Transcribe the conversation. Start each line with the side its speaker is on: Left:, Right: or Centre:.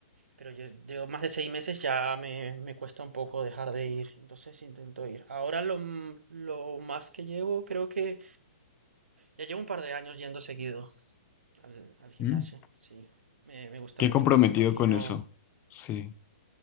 Right: pero yo, yo más de seis meses ya me, me cuesta un poco dejar de ir. Entonces intento ir. Ahora lo, m- lo más que llevo, creo que ya llevo un par de años yendo seguido al, al gimnasio.
Left: mm.
Right: Sí, me, me gusta
Left: Qué
Right: mucho,
Left: comprometido
Right: lo compagino.
Left: con eso. Sí,